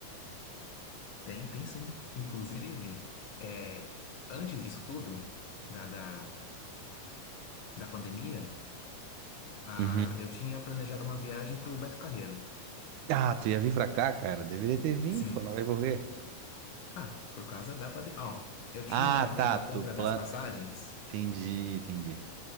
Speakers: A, on the left (about 70°); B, on the right (about 80°).
A: tem, tem sim. Inclusive, é, antes disso tudo, da, da, da pandemia, a,
B: Uhum.
A: eu tinha planejado uma viagem pro Beto Carreiro.
B: Ah, tu ia vir pra cá, cara? Deveria ter vindo,
A: Sim.
B: pô, não vai por quê?
A: Ah, por causa da pandemia. Ó, eu tinha
B: Ah, tá,
A: feito a
B: tu
A: compra
B: plan...
A: das passagens,
B: Entendi, entendi.